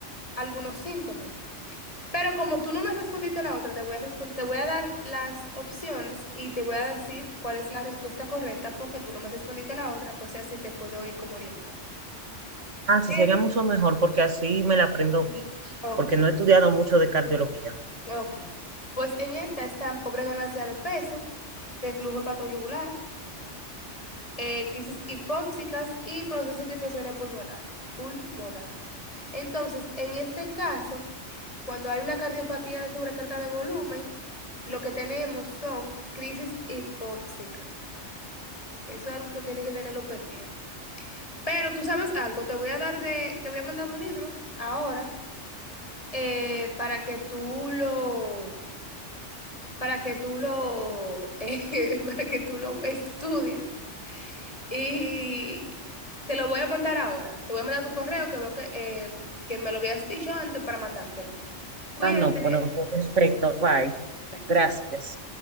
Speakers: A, on the left (about 30°); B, on the right (about 80°).
A: algunos síntomas. Pero como tú no me respondiste la otra, te voy a respon- te voy a dar las opciones y te voy a decir cuál es la respuesta correcta porque tú no me respondiste la otra, entonces así te puedo ir como orientando.
B: Ah, sí,
A: Es-
B: sería mucho mejor porque así me la aprendo bien,
A: Ok,
B: porque no he estudiado mucho de cardiología.
A: ok. Pues en esta están pobre ganancia de peso, reflujo hepatoyugular, eh, crisis hipóxicas y procesos de infecciones pulmonar- pulmonares. Entonces, en este caso, cuando hay una cardiopatía de sobrecarga de volumen, lo que tenemos son crisis hipóxicas. Eso es algo que tiene que tenerlo pendiente. Pero tú sabes algo, te voy a dar de, te voy a mandar un libro ahora eh, para que tú lo, para que tú lo, <laughs> eh, para que tú lo estudies y te lo voy a mandar ahora. Te voy a mandar tu correo que veo que, eh, que me lo habías dicho antes para mandártelo. Cuídate.
B: Ah, no, bueno, pues, perfecto, bye.
A: Bye.
B: Gracias.